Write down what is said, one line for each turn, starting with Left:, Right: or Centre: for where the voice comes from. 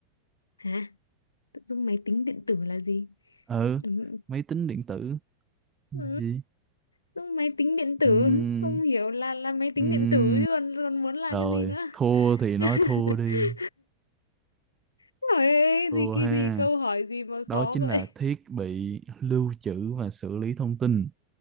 Left: hả tự dưng máy tính điện tử là gì
Right: ừ
Left: ừ.
Right: máy tính điện tử là
Left: Ừ.
Right: gì
Left: tự dưng máy tính điện tử
Right: Ừm,
Left: không hiểu là là máy tính
Right: ừm,
Left: điện tử chứ còn, còn muốn là
Right: rồi
Left: cái gì nữa
Right: thua thì
Left: <laughs>
Right: nói thua đi
Left: Ôi,
Right: thua
Left: gì cái
Right: ha
Left: gì câu hỏi gì mà
Right: đó
Left: khó
Right: chính
Left: vậy
Right: là thiết bị lưu trữ và xử lý thông tin